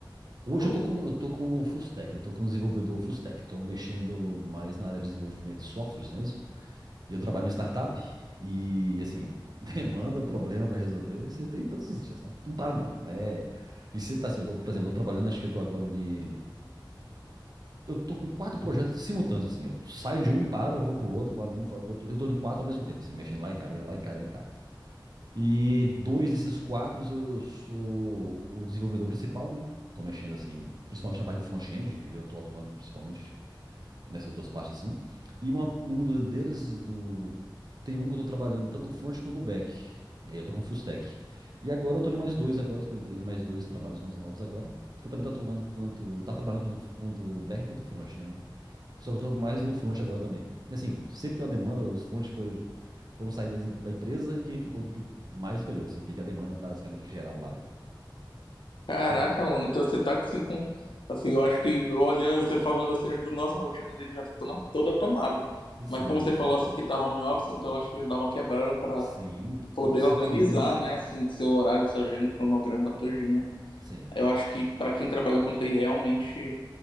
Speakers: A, on the right; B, on the left.
A: Hoje
B: Ou...
A: eu tô com, eu tô como full stack, eu tô como desenvolvedor full stack. Eu tô mexendo mais na área de desenvolvimento de softwares mesmo. E eu trabalho numa startup e, assim, <laughs> demanda, problema pra resolver, você tem todos os dias, sabe? Não para não. É... E você tá assim, eu tô, por exemplo, eu tô trabalhando, acho que eu tô agora ali... Eu tô com quatro projetos simultâneos, assim. Eu saio de um, paro, eu vou pro outro, paro de um, vou pro outro. Eu tô em quatro ao mesmo tempo, assim, mexendo lá e cá, lá e cá, lá e cá. E dois desses quatro eu sou o desenvolvedor principal, né? Tô mexendo assim, principalmente na parte do front-end, e eu tô atuando principalmente nessas duas partes assim. E uma, um do- deles do tem um que eu tô trabalhando tanto no front quanto no back. E aí eu tô com full stack. E agora eu tô em mais dois agora, que eu entrei em mais dois trabalhos mais novos agora, que eu também tô atuando tanto, tá trabalhando quanto quanto back quanto front, né? Só que eu tô mais no front agora também. E assim, sempre tem uma demanda, os fronts foram, foram sair das em- da empresa e quem ficou por- mais foi eu, assim. Peguei a demanda basicamente geral lá, né?
B: Caraca,
A: E,
B: mano, então você tá assim com. Assim, eu acho que olhando, você falando assim, eu digo, nossa, a rotina dele já tá toda toda tomada.
A: sim,
B: Mas como você falou assim que tá home office, então eu acho que já dá uma quebrada para
A: sim.
B: poder
A: Nossa,
B: organizar,
A: você economiza muito tempo.
B: né? Assim, seu horário, sua agenda, o cronograma todinho.
A: Sim,
B: Eu acho que para quem trabalha com TI realmente